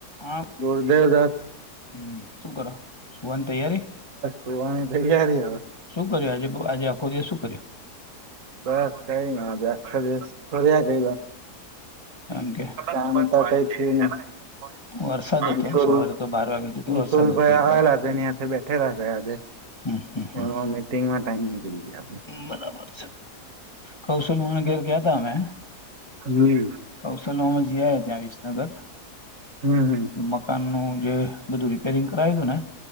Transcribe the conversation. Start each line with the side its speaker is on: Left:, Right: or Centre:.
Left: હા
Right: હલો દેવદાસ
Left: હમ શુ કરો વન તૈયારી
Right: પવાણી થેયારી હ
Left: શું કર્યું આજે આજે આખો દિવ શું કર્યું
Right: બસ કઈ નાજ આખ ફર્યા
Left: એમ કે
Right: આમ આ તો કઈ થિયું ની
Left: વરસાદ હતો
Right: મિતુલ
Left: ને સવારે તો બાર વાગ્યા સુધી તો
Right: મિતુલ
Left: વરસાદ હતો
Right: ભાઈ
Left: એક
Right: આવેલા
Left: વાગે
Right: છેનીથી બેઠેલા છે આજે
Left: હમ હમ હમ
Right: એમાં મીટિંગમાં ટાઈમ નીકળી ગયા આપડ
Left: બરાબર કૌશલ વાન ઘેર કયા ત મેં
Right: હડ <unintelligible>
Left: સલ જ ત્યાં વિસનગર
Right: હમ હમ હમ
Left: મકાન નું જે બધું રીપેરિંગ કરાયું હતું ને